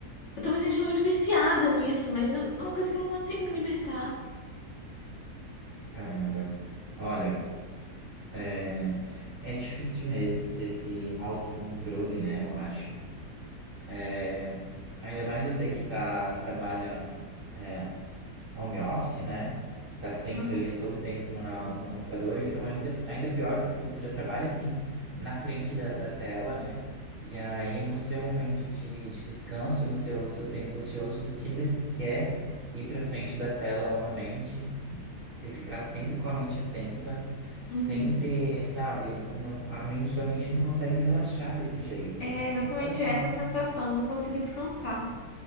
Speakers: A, on the left (about 60°); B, on the right (about 50°).
A: eu tô me sentindo muito viciada nisso, mas eu- é uma coisa que eu não consigo me libertar.
B: Caramba. Olha, é, é difícil mesmo ter esse autocontrole, né? Eu acho. É, ainda mais você que tá trabalha é, home office, né? Tá sempre
A: Uhum.
B: ali todo o tempo na, no computador, então ainda, ainda pior, porque você já trabalha assim na frente da, da tela, né? E aí no seu momento de, de descanso, no teu, seu tempo ocioso, você ainda quer ir para frente da tela novamente e ficar sempre com a mente atenta, sempre,
A: Uhum.
B: sabe, não, não- a mente, sua mente não consegue relaxar desse jeito,
A: É
B: você tem que
A: exatamente
B: pensar assim.
A: essa sensação, eu não consigo descansar.